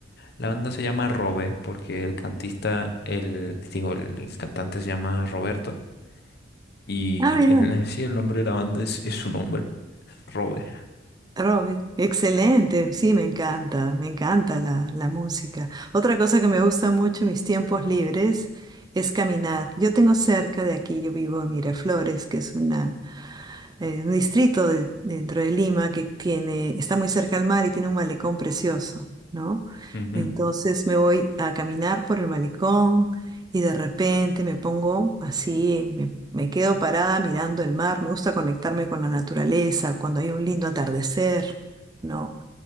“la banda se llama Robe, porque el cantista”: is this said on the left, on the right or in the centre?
Left